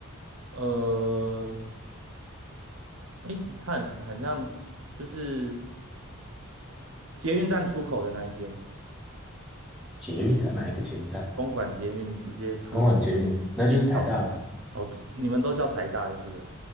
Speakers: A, on the right; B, in the centre.
A: 呃，诶，它很很像就是捷运站出口的那一间，
B: 捷运站哪一个捷运站啊？
A: 公馆捷运直接出口
B: 公馆捷运，那就是台大啦。
A: 进校门。哦，你们都叫台大就是了